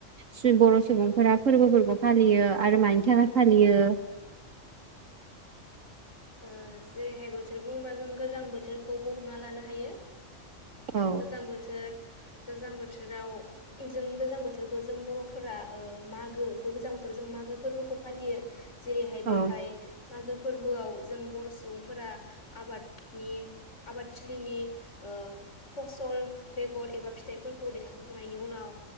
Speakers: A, on the right; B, on the left.
A: सु-बर' सुबुंफोरा फोरबोफोरखौ फालियो आरो मानि थाखाय फालियो।
B: ओ जेरैहाय बोथोर बुङोबा जों गोजां बोथोरखौबो हमना लानो हायो।
A: औ
B: गोजां बोथोर गोजां बोथ बोथोराव जों गोजां बोथोरखौ जों बर'फोरा ओ मागो गोजां बोथोराव जों मागो फोरबोखौ फालियो। जेरैहाय
A: औ
B: बेवहाय मागो फोरबोआव जों बर' सुबुंफोरा आबादनि आबादथिलिनि ओ फसल बेगर एबा फिथाइफोरखौ दैखांखांनायनि उनाव